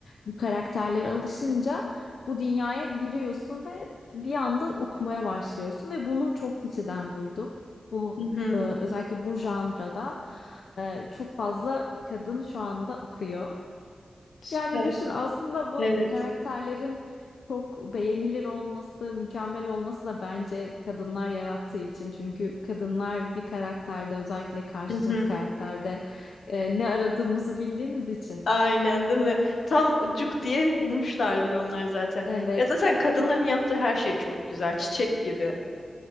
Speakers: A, on the left; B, on the left.
A: bu karakterlere alışınca bu dünyaya giriyorsun ve bir anda okumaya başlıyorsun ve bunu çok kişiden duydum. Bu
B: <laughs>
A: e, özellikle bu janrada e, çok fazla kadın şu anda okuyor.
B: Süper.
A: Yani düşün aslında bu
B: Evet.
A: karakterlerin çok beğenilir olması, mükemmel olması da bence kadınlar yarattığı için. Çünkü kadınlar bir karakterde özellikle karşı
B: Hı
A: cins
B: hı.
A: karakterde e, ne aradığımızı bildiğimiz için.
B: Aynen değil mi? Tam cuk diye bulmuşlardır onlar zaten.
A: Evet,
B: Ya zaten kadınların yaptığı her şey çok güzel. Çiçek gibi.